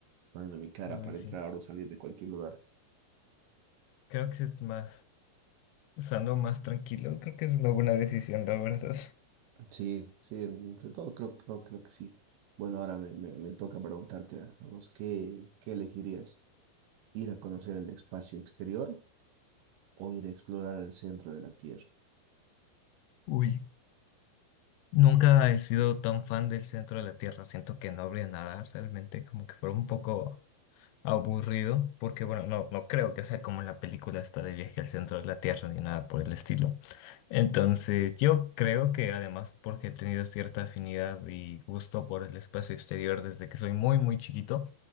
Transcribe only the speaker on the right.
poniendo mi cara
para
entrar o salir de cualquier lugar.
Sí, sí, en- entre todo creo, creo, creo que sí. Bueno, ahora me, me, me toca preguntarte a vos, ¿qué, qué elegirías? ¿Ir a conocer el espacio exterior o ir a explorar el centro de la Tierra?